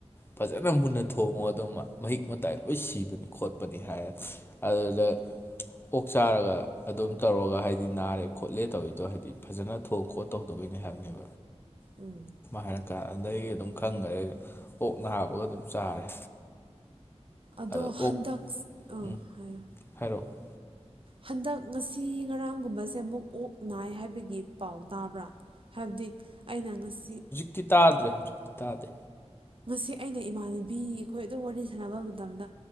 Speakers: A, on the left; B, on the right.
A: ꯐꯖꯅ ꯃꯨꯟꯅ ꯊꯣꯡꯉꯣ ꯑꯗꯣ ꯃꯍꯤꯛ ꯃꯇꯥꯏ ꯂꯣꯏ ꯁꯤꯕꯅꯤ ꯈꯣꯠꯄꯅꯤ ꯍꯥꯏꯔ ꯑꯗꯨꯗ ꯑꯣꯛ ꯆꯥꯔꯒ ꯑꯗꯨꯝ ꯇꯧꯔꯒ ꯍꯥꯏꯗꯤ ꯅꯥꯔꯦ ꯈꯣꯠꯂꯦ ꯇꯧꯏꯗꯣ ꯍꯥꯏꯗꯤ ꯐꯖꯅ ꯊ ꯈꯣꯠ ꯇꯧꯗꯩꯅꯦ ꯍꯥꯏꯕꯅꯦꯕ
B: ꯎꯝ
A: ꯍꯥꯏꯔ ꯀꯥꯟ ꯑꯗꯒꯤ ꯑꯗꯨꯝ ꯈꯪꯈ꯭ꯔꯦ ꯑꯩ ꯑꯣꯛ ꯍꯥꯞꯕꯒ ꯑꯗꯨꯝ ꯆꯥꯔꯦ
B: ꯑꯗꯣ
A: ꯑꯗ
B: ꯍꯟꯗꯛꯁ
A: ꯑꯣꯛ
B: ꯑꯣ
A: ꯎꯝ
B: ꯍꯥꯌꯌꯣ
A: <inaudible>
B: ꯍꯟꯗꯛ ꯉꯁꯤ ꯉꯔꯥꯡꯒꯨꯝꯕꯁꯦ ꯑꯃꯨꯛ ꯑꯣꯛ ꯅꯥꯏ ꯍꯥꯏꯕꯒꯤ ꯄꯥꯎ ꯇꯥꯕ꯭ꯔꯥ ꯍꯥꯏꯕꯗꯤ ꯑꯩꯅ ꯉꯁꯤ
A: ꯍꯧꯛꯇꯤ ꯇꯥꯗ꯭ꯔꯦ ꯍꯧꯖꯤꯛꯇꯤ ꯇꯥꯗꯦ
B: ꯉꯁꯤ ꯑꯩꯅ ꯏꯃꯥꯟꯅꯕꯤ ꯑꯩꯈꯣꯏ ꯑꯗꯨꯝ ꯋꯥꯔꯤ ꯁꯥꯟꯅꯕ ꯃꯇꯝꯗ